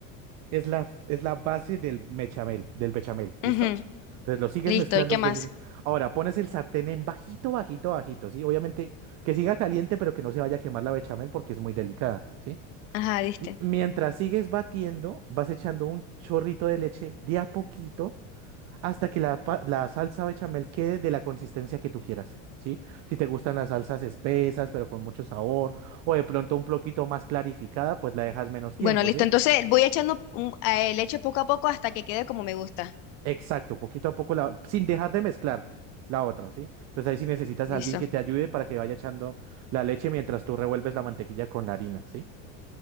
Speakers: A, on the right (about 45°); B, on the left (about 65°).
A: es la, f- es la base del bechamel, del bechamel, ¿listo?
B: ujú.
A: Entonces lo sigues
B: Listo.
A: mezclando.
B: ¿Y qué
A: es
B: más?
A: decir, Ahora pones el sartén en bajito, bajito, bajito, ¿sí? Obviamente que siga caliente, pero que no se vaya a quemar la bechamel porque es muy delicada, ¿sí?
B: Ajá, listo.
A: M- Mientras sigues batiendo, vas echando un chorrito de leche de a poquito hasta que la, pa- la salsa bechamel quede de la consistencia que tú quieras, ¿sí? Si te gustan las salsas espesas, pero con mucho sabor, o de pronto un poquito más clarificada, pues la dejas menos tiempo,
B: Bueno, listo.
A: ¿sí?
B: Entonces voy echando un- eh, leche poco a poco hasta que quede como me gusta.
A: Exacto, poquito a poco, la, sin dejar de mezclar la otra, ¿sí? Entonces ahí sí necesitas
B: Listo.
A: a alguien que te ayude para que vaya echando la leche mientras tú revuelves la mantequilla con la harina, ¿sí?